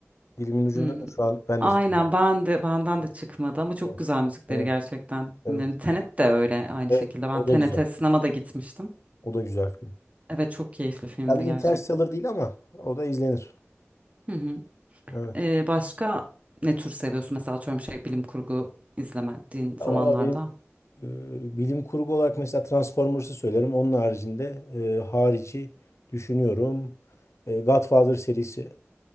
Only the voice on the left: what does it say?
Dilimin ucunda
da şu an ben
de söylüyorum.
Evet,
evet,
evet,
evet.
Evet,
o
da güzel.
O da güzel film.
Tabii
Interstellar değil ama o da izlenir.
Evet.
Ya valla benim e, bilim kurgu olarak mesela Transformers'ı söylerim. Onun haricinde e, harici düşünüyorum. E, Godfather serisi